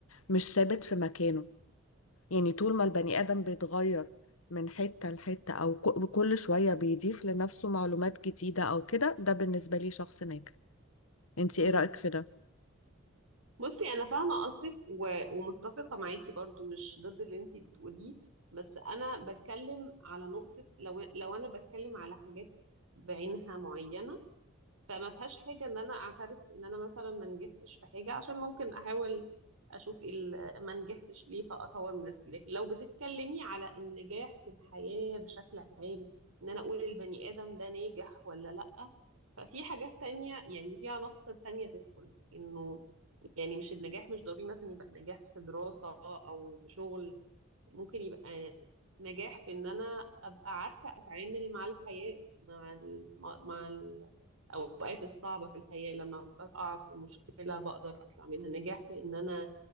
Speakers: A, on the left; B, on the right.
A: مش ثابت في مكانه يعني طول ما البني آدم بيتغير من حتة لحتة أو ك- كل شوية بيضيف لنفسه معلومات جديدة أو كده ده بالنسبة لي شخص ناجح انت
B: امم
A: ايه رأيك في ده؟
B: بصي انا فاهمه قصدك و... ومتفقه معاكي برضو مش ضد اللي انتي بتقوليه بس انا بتكلم على نقطه لو لو انا بتكلم على حاجات بعينها معينه فما فيهاش حاجه ان انا اعترف ان انا مثلا ما نجحتش في حاجه عشان ممكن احاول اشوف إيه ال- ما نجحتش ليه فاطور من نفسي لكن لو بتتكلمي على النجاح في الحياه بشكل عام ان انا اقول البني ادم ده ناجح ولا لا ففي حاجات تانية يعني في عناصر تانية تدخل انه يعني مش النجاح مش ضروري مثلا يبقى نجاح في دراسة أو في شغل ممكن يبقى نجاح في إن أنا أبقى عارفة أتعامل مع الحياة مع ال... مع مع الأوقات الصعبة في الحياة لما بقع في مشكلة بقدر أطلع منها نجاح في إن أنا